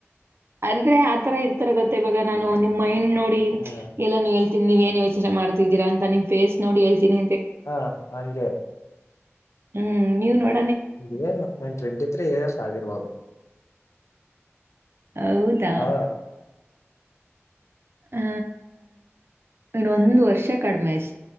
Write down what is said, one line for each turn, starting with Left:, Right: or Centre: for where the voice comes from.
Right: ಅಂದ್ರೆ ಆತರ ಇರ್ತಾರ ಗೊತ್ತ, ಇವಾಗ ನಾನು ನಿಮ್ಮ ಇಂಡ್ ನೋಡಿ
Left: ಹ್ಮ
Right: ಎಲ್ಲ ಹೇಳ್ ನೀವ ಏನ್ ಯೋಚನೆ ಮಾಡ್ತಿದ್ದೀರ ಅಂತ ನಿಮ್ ಫೇಸ್ ನೋಡಿ ಹೇಳ್ತೀನಿ
Left: ಹಾ ಹಂಗೆ
Right: ಹ್ಮ್ ನೀವ್ ನೋಡ
Left: ಇದ್ ಒನ್ ಟ್ವೆಂಟಿ ಇಯರ್ಸ್ ಆಗಿರ್ಬೋದು
Right: ಹೌದಾ
Left: ಹಾ
Right: ಹ ಇನ್ನೊಂದ್ ವರ್ಷ ಕಡಿಮೆ ಅಷ್ಟೆ